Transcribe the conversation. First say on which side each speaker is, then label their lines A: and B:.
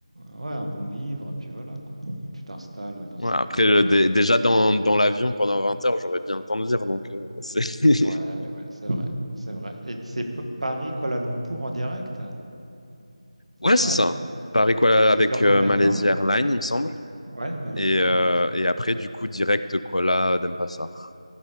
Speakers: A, on the right; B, on the left.
A: ouais, un bon livre, et puis voilà quoi. Tu t'installes dans
B: Ouais,
A: un
B: après,
A: coin.
B: le-
A: et puis
B: dé- déjà dans,
A: ça sera
B: dans
A: bien.
B: l'avion pendant 20 heures, j'aurais bien le temps de lire. Donc, euh, c'est... <laughs>
A: Ouais, ouais, c'est vrai, c'est vrai. Et c'est P- Paris-Kuala Lumpur en direct?
B: Ouais, c'est
A: Ouais.
B: ça. Paris Kuala
A: Ça
B: avec
A: dure
B: euh,
A: combien
B: Malaysia
A: de temps?
B: Airlines, il me semble.
A: Ouais, Malaysia
B: Et,
A: Airlines.
B: euh, et après, du coup, direct Kuala Denpasar.